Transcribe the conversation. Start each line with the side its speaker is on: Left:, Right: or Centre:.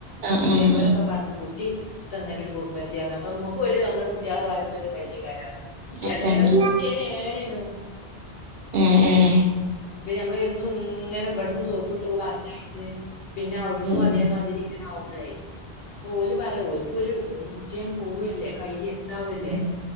Right: ആഹ്
Left: ഈ
Right: ആഹ്
Left: ഡൈവറൊക്കെ പറഞ്ഞു കുട്ടി ഇത് അങ്ങനെ ഒരു കുറുമ്പത്തിയാന്ന് അപ്പോ ഇമ്മക്ക് ഒരു നമ്മളെ കുട്ട്യാളെ പറയുമ്പം ഒരിതല്ലേയിക്കാരം കുട്ടി
Right: അതാണ്
Left: അങ്ങനെ ഒരു കുട്ടിയന്നെയാണേനു
Right: ഏഹ് ഏഹ്
Left: അപ്പേ ഇപ്പ നമ്മള് ന്നും ഇങ്ങനെ ഇവിടുന്ന് സോപ്പ്ട്ട് പറഞ്ഞയച്ച് പിന്നെ അവിട്ന്നും
Right: ഉം
Left: അതേമാതിരി ആവുമ്പളെ ഓല് പറയാ ഓല്ക്ക് ഒരു കുട്ടിയാണ് പോവല്ലേ കയ്യെ ഇതാവല്ലേ
Right: ഉം ഉം